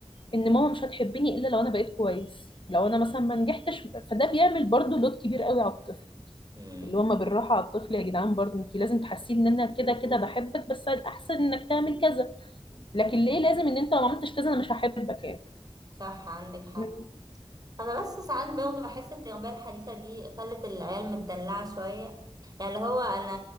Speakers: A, on the left; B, on the right.
A: ان ماما مش هتحبني الا لو انا بقيت كويس لو
B: مم،
A: انا مثلا ما نجحتش فده بيعمل برضو لود كبير قوي على الطفل
B: مم،
A: اللي هو ما بالراحه على الطفل يا جدعان برضو انت لازم تحسيه ان انا كده كده بحبك بس الاحسن انك تعمل كذا لكن ليه
B: مم.
A: لازم ان انت لو ما عملتش كذا انا مش هحبك يعني
B: صح عندك حق
A: مم.
B: انا بس ساعات برضه بحس ان التربيه الحديثه دي خلت العيال متدلعه شويه يعني اللي هو انا